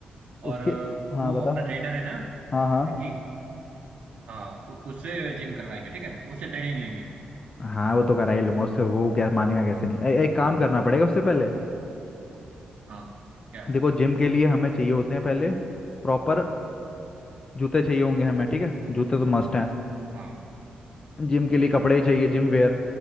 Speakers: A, on the right; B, on the left.
A: और
B: उसके
A: अ, वो
B: हाँ बता
A: अपना ट्रेनर है ना
B: हाँ हाँ
A: जैकी हाँ उ- उससे जिम करवाएंगे ठीक है उससे ट्रेनिंग लेंगे
B: हाँ वो तो करा ही लूंगा उससे वो क्या मानेगा कैसे नहीं ए, एक काम करना पड़ेगा उससे पहले
A: हाँ क्या
B: देखो जिम के लिए हमें चाहिए होते हैं पहले प्रॉपर जूते चाहिए होंगे हमें ठीक है जूते तो मस्ट
A: हाँ
B: जिम के लिए कपड़े ही चाहिए जिम
A: ठीक
B: वेयर
A: है